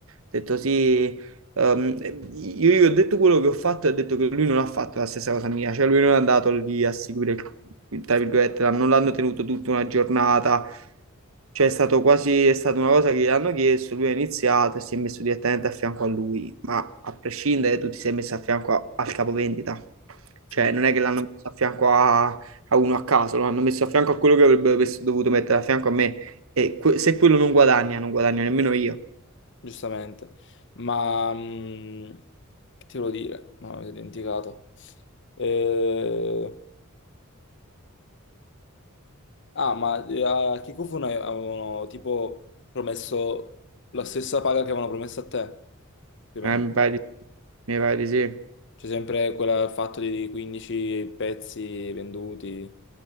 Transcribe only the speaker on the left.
Sì,
giustamente. Ma mh, che ti volevo dire? No, mi sono dimenticato. Eh... Ah, ma eh, a Kikufuno avevano tipo promesso la stessa paga che avevano promesso a te, più
o meno.
C'è sempre quel fatto di 15 pezzi venduti.